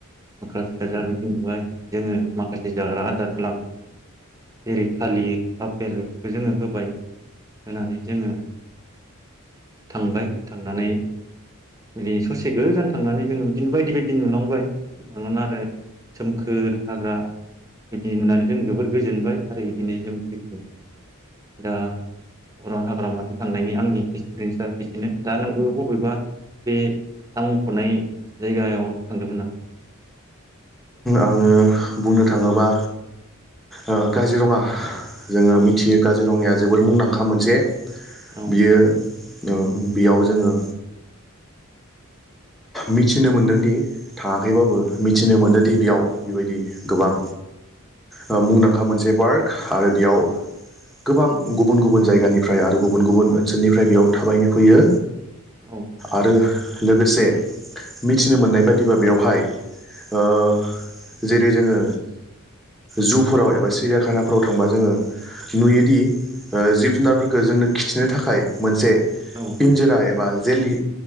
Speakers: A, on the right; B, in the centre.
A: मोख्रा फिसा जा बिदि नुबाय जोङो माखासे जाग्रा आदारफोर लांदोंमोन जेरै थलिर आफेल बेफोरखौ जोङो होबाय होनानै जोङो थांबाय थांनानै बिदिनो ससे गोजान थांनानै जोङो बिदिनो बायदि बायदि नुलांबाय ना आरो सोमखोर हाग्रा बिदि नुनानै जों जबोर गोजोनबाय आरो बिदिनो जों फैफिनबाय दा अरां हाग्र मानि थांनायनि आंनि एक्सपिरियेन्सा बिसेनो दा नोंबो बबेबा बे आं मख'नाय जायगायाव थांदोंमोन नामा?
B: आङो बुंनो थाङोबा ओ काजिरङा। जोङो
A: औ
B: मिथियो काजिरङाया जोबोर मुंदांखा मोनसे
A: औ
B: बियो ओ बेयाव जोङो मिथिनो मोन्दोंदि थाङाखैबाबो। थिनो मोनोदि
A: उम
B: बेयाव बेबायदि गोबां ओ मुंदांखा मोनसे पार्क आरो बेयाव गोबां गुबुन गुबुन जायगानिफ्राय आरो गुबुन गुबुन ओनसोलनिफ्राय बेयाव थाबायनो फैयो।
A: औ
B: आरो लोगोसे। मिथिनो मोननाय बादिबा बेवहाय ओ जेरै जोङो जुफोराव एबा सिरियाखानाफोराव थांबा जोङो नुयोदि ओ जिब जुनारफोरखौ जोंनो खिथिनो थाखाय मोनसे
A: औ
B: पिनजोरा एबा जेल